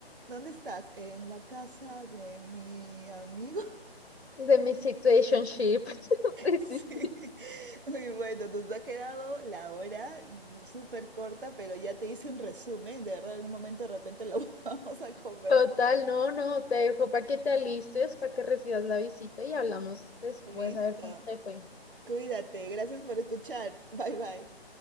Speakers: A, on the right; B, on the left.
A: ¿Dónde estás? En la casa de mi amigo. <laughs>
B: De mi situationship. <laughs>
A: Sí. Muy bueno, nos ha quedado la hora súper corta, pero ya te hice un resumen. De verdad, en un momento de repente lo <laughs> vamos a conversar.
B: Total, no, no, te dejo para que te alistes, para que recibas la visita y hablamos después
A: Listo.
B: a ver cómo te fue.
A: Cuídate. Gracias por escuchar. Bye bye.